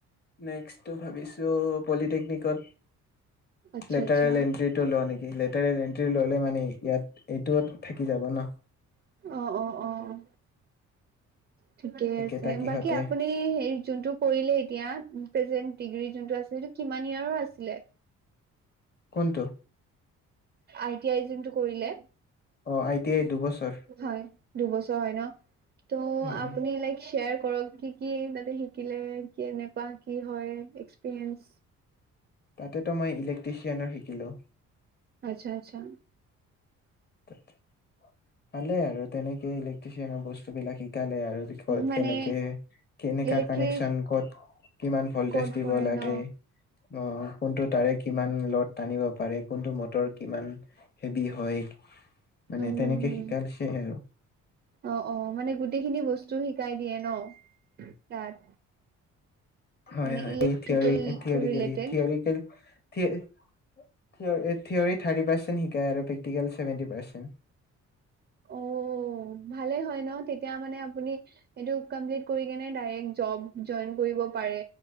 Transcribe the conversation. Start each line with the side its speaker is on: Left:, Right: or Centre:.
Left: নেক্সটটো ভাবিছো পলিটেকনিকত।
Right: আচ্ছা
Left: লেটাৰেল
Right: আচ্ছা,
Left: এন্ট্ৰি টো লও নেকি? লেটাৰেল এণ্ট্ৰি ল'লে মানে। ইয়াত এইটো থাকি যাব ন।
Right: অ', অ', অ'। ঠিকে
Left: একেটা
Right: আছে
Left: কিহতে
Right: বাকী আপুনি হে যোনটো কৰিলে এতিয়া প্ৰেজেন্ট ডিগ্ৰী যোনটো আছিলে সেইটো কিমান ইৰ আছিলে।
Left: কোনটো
Right: আই টি আই যোনটো কৰিলে।
Left: অ আই টি আই দুবছৰ
Right: হয় দুবছৰ হয় ন ত
Left: হয়
Right: আপুনি লাইক। শ্বেয়াৰ কৰক কি কি তাতে শিকিলে কি এনেকুৱা কি হয় এক্সপিৰিয়েঞ্চ।
Left: তাতেতো মই ইলেক্ট্ৰিচিয়ানৰ শিকিলো।
Right: আচ্ছা আচ্ছা।
Left: ত <unintelligible> ভালে আৰু তেনেকে ইলে্ট্ৰচিয়ানৰ বস্তু। বস্তুবিলাক শিক। কাইলে আৰু ক'ত
Right: মানে
Left: কেনেকে, কেনেকা
Right: ইলেক্ট্ৰিক
Left: কানেকচন, ক'ত কিমান ভল্টেজ
Right: ক'ত
Left: দিব
Right: কৰে
Left: লাগে,
Right: ন
Left: অ'! কোনটো তাৰে কিমান লড টানিব পাৰে কোনটো মটৰ কিমান হেভি হয়, মানে
Right: হম
Left: তেনেকে
Right: উম,
Left: শিকাইছে আৰু
Right: অ'! অ'! মানে গোটেইখিনি বস্তু <unintelligible> শিকাই দিয়ে ন', তাত।
Left: হয়,
Right: মানে
Left: হয়।
Right: Electrical
Left: theory theoretically,
Right: related
Left: theoretically <unintelligible> theory thirty percent শিকায় আৰু প্ৰেক্টিকেল চছেভেণ্টি পাৰ্চেণ্ট।
Right: অঁ! ভালেই হয় ন'। তেতিয়া মানে, আপুনি এইটো কমপ্লিট কৰি কিনে ডাইৰক্ট জব জইন কৰিব পাৰে।